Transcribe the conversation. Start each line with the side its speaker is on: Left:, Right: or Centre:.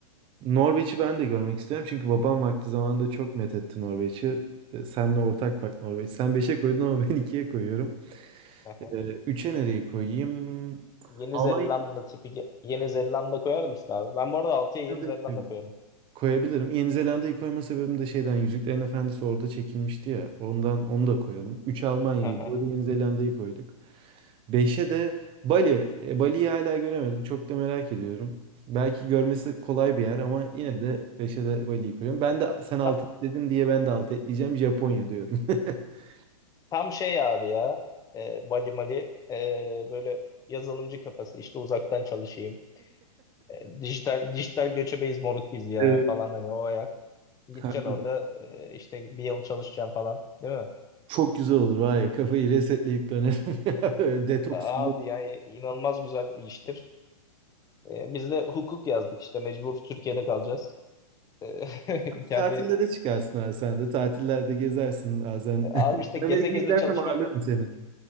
Right: Norveç'i ben de görmek isterim. Çünkü babam vakti zamanında çok methetti Norveç'i. Ee, Senle ortak bak Norveç. Sen beşe koydun ama <laughs> ben ikiye koyuyorum.
Left: <laughs>
Right: Ee, 3'e nereyi koyayım?
Left: Yeni
Right: Almanya'yı
Left: Zelanda tipi ge- Yeni Zelanda koyar mısın abi? Ben bu arada 6'ya Yeni
Right: da
Left: Zelanda
Right: isterim.
Left: koyarım.
Right: Koyabilirim. Yeni Zelanda'yı koyma sebebim de şeyden Yüzüklerin Efendisi orada çekilmişti ya. Ondan onu da koyalım. 3 Almanya'yı,
Left: <laughs>
Right: 4 Yeni Zelanda'yı koyduk. Beşe de Bali. E, Bali'yi hala göremedim. Çok da merak ediyorum. Belki görmesi kolay bir yer ama yine de beşe de Bali'yi koyuyorum. Ben de sen 6
Left: Ta-
Right: dedin diye ben de 6 ekleyeceğim. Japonya diyorum. <laughs>
Left: Tam şey abi ya. E, Bali Mali e, böyle yazılımcı kafası İşte uzaktan çalışayım. E, dijital dijital göçebeyiz moruk biz ya
Right: Evet.
Left: falan hani o ayak. Gideceksin
Right: Haklı.
Left: orada e, işte bir yıl çalışacaksın falan değil mi?
Right: Çok güzel olur var ya kafayı resetleyip dönerim <laughs> ya. Böyle Detoks.
Left: Abi yani inanılmaz güzel bir iştir. E, biz de hukuk yazdık işte mecbur Türkiye'de kalacağız. E, <laughs> kendi
Right: Tatillere çıkarsın abi sen de. Tatillerde gezersin bazen.
Left: abi
Right: <laughs>
Left: işte geze
Right: Ben Amerika'ya
Left: geze
Right: gidersem
Left: çalışmak
Right: ağırlarım
Left: da-
Right: seni.